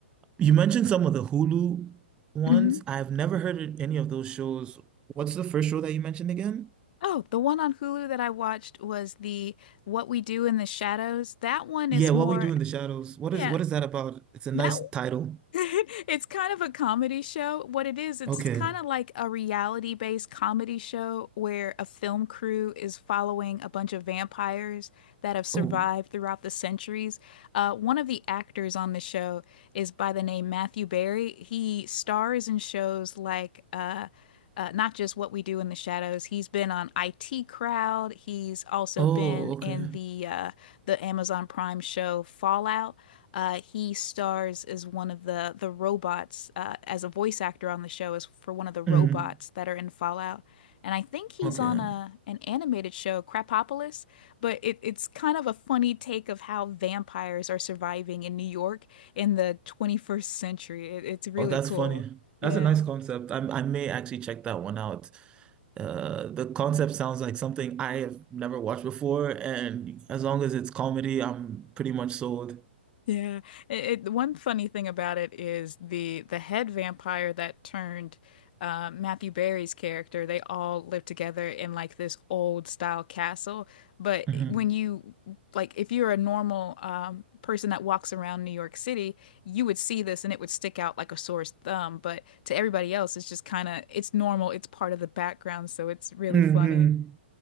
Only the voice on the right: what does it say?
you mentioned some of the Hulu ones.
I've never heard of any of those shows. What's the first show that you mentioned again?
Yeah,
What We Do in the Shadows. What
is what is that about? It's a nice
title.
Okay.
Oh.
Oh,
okay.
Mm.
Okay.
Oh, that's
funny.
That's a nice concept. I I may actually check that one out. Uh, the concept sounds like something I have never watched before, and as long as it's comedy, I'm pretty much sold.
hmm
mm